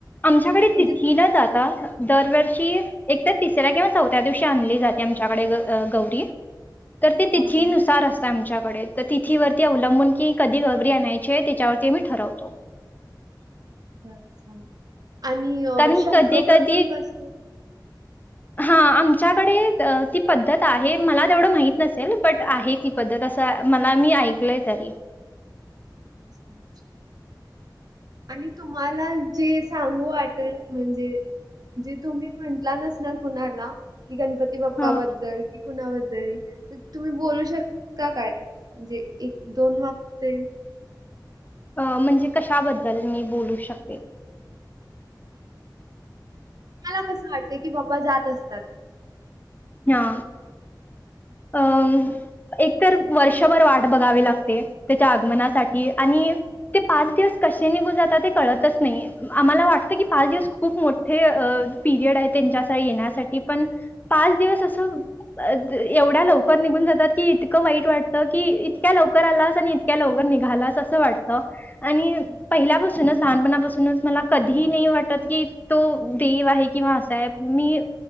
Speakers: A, on the left; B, on the right.
A: आमच्याकडे
B: म्हणजे
A: तिथी न जाता दरवर्षी. एक तर तिसऱ्या किंवा चौथ्या दिवशी आणली जाते आमच्याकडे ग - गौरी. तर ते तिथी
B: हा हा
A: नुसार अस त आमच्याकडे त तिथी वरती अवलंबून की कधी गवरी आणायची त्याच्यावरती आम्ही ठरवतो.
B: अच्छा, आणि
A: कारण की
B: शंकरोभा
A: कधी कधी
B: पण बसतो.
A: हा आमच्याकडे ती पद्धत आहे मला तेवढं माहित नसेल बट आहे ती. पद्धत असा मला मी ऐकलय तरी.
B: अच्छा अच्छा. आणि तुम्हाला जे सांगू वाटल म्हणजे जे तुम्ही म्हंटला नसणार कुणाला, कि गणपती बाप्पा
A: हा
B: बद्दल कि कोणाबदरी, तुम्ही बोलू शकता, काय, म्हणजे एक दोन वाकतय
A: अ म्हणजे कशाबद्दल मी बोलू शकते.
B: मला कसं वाटतय की बप्पा जात असतात.
A: हा. अंम. एकतर वर्षभर वाट बघावी लागते, त्याच्या आगमनासाठी आणि ते पाच दिवस कशे निघून जातात ते कळतच नाही आम्हाला वाटत की पाच दिवस खूप मोठ हे पिरियड आहे त्यांच्या अस येण्यासाठी पण, पाच दिवस असं, अ ते एवढ्या लवकर निघून जातात की इतकं वाईट वाटतं की इतक्या लवकर आलास आणि इतक्या लवकर निघालास अस. अस वाटत, आणि पहिल्यापासूनच लहानपणापासूनच मला कधी नाही वाटत की तो देव आहे किंवा अस हाय. मी,